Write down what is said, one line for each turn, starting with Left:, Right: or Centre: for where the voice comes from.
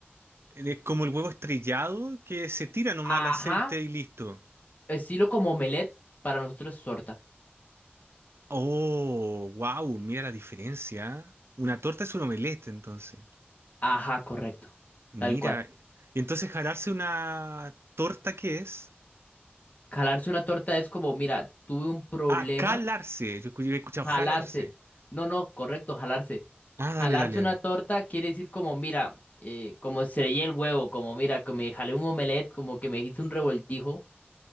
Right: Es como el huevo estrellado que se tira nomás
Left: Ajá,
Right: al aceite y listo.
Left: estilo como omelette, para nosotros es torta.
Right: Oh, wow, mira la diferencia. ¿eh? Una torta es un omelette, entonces.
Left: Ajá, correcto,
Right: Mira.
Left: tal cual.
Right: Y entonces jalarse una torta, ¿qué es?
Left: Calarse una torta es como, mira, tuve un problema.
Right: Ah, calarse. Yo escu- yo he escuchado
Left: Jalarse.
Right: jalarse.
Left: No, no, correcto, jalarse.
Right: Ah, dale,
Left: Jalarse
Right: dale, dale.
Left: una torta quiere decir como, mira, eh, como estrellé el huevo, como, mira, que me jalé un omelette, como que me hice un revoltijo.